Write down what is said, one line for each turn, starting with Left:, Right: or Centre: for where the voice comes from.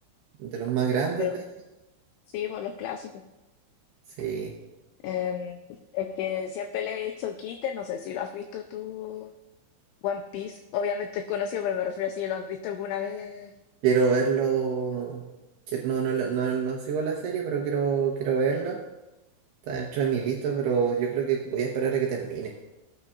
Right: de los más grandes
Left: De los,
Right: de.
Left: sí, por los clásicos.
Right: Sí.
Left: Eh, el que siempre le he hecho quite, no sé si lo has visto tú, One Piece, obviamente es conocido, pero me refiero a si lo has visto alguna vez.
Right: Quiero verlo. que- No, no, la- no, no sigo la serie, pero quiero, quiero verla. Está dentro de mi lista, pero yo creo que voy a esperar a que termine.